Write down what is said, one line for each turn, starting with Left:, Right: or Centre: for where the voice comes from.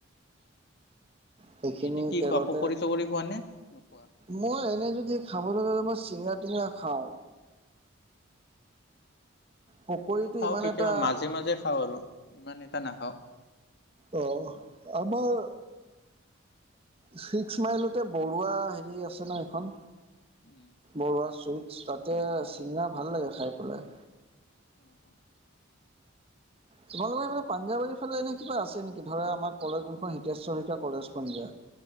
Right: সেইখিনি
Left: তুমি এনে কি
Right: তেলতে
Left: খোৱা পকৰি চকৰি খোৱা নে নোখোৱা?
Right: মই এনে যদি খাবলৈ গ'লে মই চিঙৰা টিঙৰা খাওঁ। পকৰীটো
Left: ময়ো খাওঁ
Right: ইমান
Left: কেতিয়াবা
Right: এটা
Left: মাজে মাজে খাওঁ আৰু ইমান এটা নাখাওঁ।
Right: অ', আমাৰ ছিক্স মাইলতে বৰুৱা হেৰি আছে ন এইখন
Left: উম
Right: বৰুৱা চুইটছ তাতে
Left: উম
Right: চিঙৰা
Left: উম
Right: ভাল লাগে খাই পেলাই।
Left: অ', অ',
Right: তোমালোকৰ এইফালে পাঞ্জাৱাৰীৰ ফালে এনে কিবা আছে নেকি ধৰা আমাৰ কলেজখন হিতেশ্বৰ শইকীয়া কলেজখন যে?